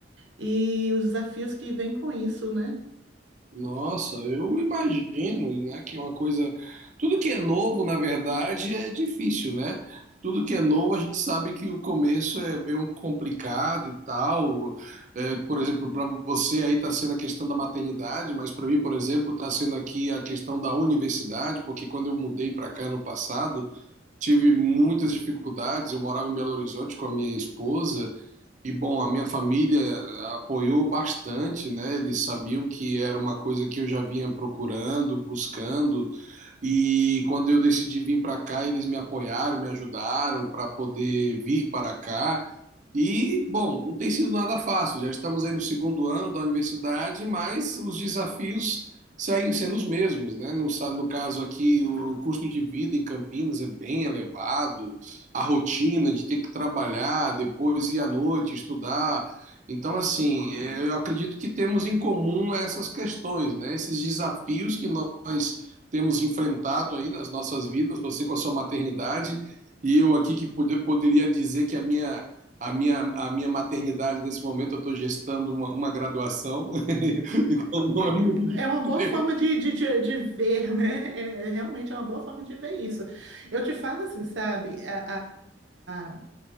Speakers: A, on the right (about 80°); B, on the right (about 40°).
A: e os desafios que vêm com isso, né?
B: Nossa, eu imagino, né, que é uma coisa. Tudo que é novo, na verdade, é difícil, né? Tudo que é novo, a gente sabe que o começo é bem complicado e tal. É, por exemplo, para você aí está sendo a questão da maternidade, mas para mim, por exemplo, está sendo aqui a questão da universidade, porque quando eu mudei para cá no passado, tive muitas dificuldades. Eu morava em Belo Horizonte com a minha esposa. E bom, a minha família eh, apoiou bastante, né? Eles sabiam que era uma coisa que eu já vinha procurando, buscando, e quando eu decidi vir para cá, eles me apoiaram, me ajudaram para poder vir para cá. E, bom, não tem sido nada fácil. Já estamos aí no segundo ano da universidade, mas os desafios seguem sendo os mesmos, né? No, sa- no caso aqui, o custo de vida em Campinas é bem elevado, a rotina de ter que trabalhar, depois ir à noite estudar. Então, assim, é, eu acredito que temos em comum essas questões, né? Esses desafios que nós temos enfrentado aí nas nossas vidas, você com a sua maternidade e eu aqui que pod poderia dizer que a minha a minha, a minha maternidade, nesse momento, eu estou gestando uma, uma graduação. <laughs> não é muito
A: É, é uma boa
B: diferente.
A: forma de, de, de, de ver, né? É, é realmente é uma boa forma de ver isso. Eu te falo assim, sabe? A, a, a,